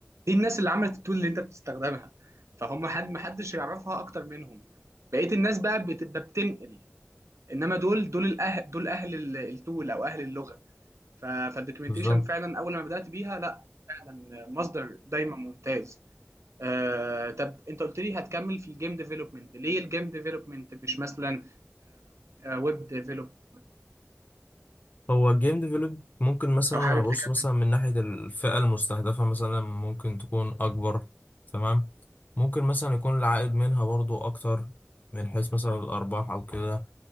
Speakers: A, on the right (about 85°); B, on the left (about 40°).
A: دي الناس اللي عملت التول اللي انت بتستخدمها فهم حد ما حدش يعرفها اكتر منهم بقيه الناس بقى بتبقى بتنقل انما دول دول الاهل دول اهل ال- التول او اهل اللغه ف- فالدوكيومنتيشن
B: بالظبط
A: فعلا اول ما بدات بيها لا فعلا مصدر دايما ممتاز آه، طب انت قلت لي هتكمل في الجيم ديفلوبمنت ليه الجيم ديفلوبمنت مش مثلا ويب ديفلوبمنت
B: هو الجيم ديفلوب ممكن مثلا
A: او حابب
B: ابص
A: تكمل
B: مثلا من ناحية الفئة المستهدفة مثلا ممكن تكون اكبر تمام ممكن مثلا يكون العائد منها برضو اكتر من حيث مثلا الارباح او كده